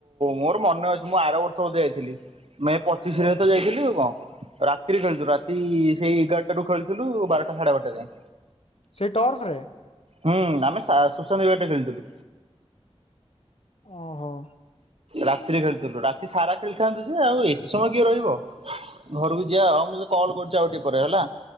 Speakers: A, on the right; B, on the left.
A: ମୋର ମନେ ଅଛି, ମୁଁ ଆର ବର୍ଷ ବୋଧେ ଯାଇଥିଲି। ମେ ପଚିଶିରେ ତ ଯାଇଥିଲି ଆଉ କଣ? ରାତିରେ ଖେଳୁଥିଲୁ। ରାତି ସେଇ ଏଗାରଟାରୁ ଖେଳିଥିଲୁ ବାରଟା ସାଢେ ବାରଟା ଯାଏ।
B: ସେଇ ଟର୍ଫରେ?
A: ହୁଁ ଆମେ ସା ସୁଶାନ୍ତି ବ୍ୟାଟରେ ଖେଳିଥିଲୁ।
B: ଓହୋ
A: ରାତିରେ ଖେଳୁଥିଲୁ। ରାତି ସାରା ଖେଳିଥାନ୍ତୁ ଯେ, ଆଉ ଏତେ ସମୟ କିଏ ରହିବ? ଘରକୁ ଯିବା। ଆଉ ମୁଁ ତ କଲ୍ କରୁଛି ଆଉ ଟିକେ ପରେ ହେଲା।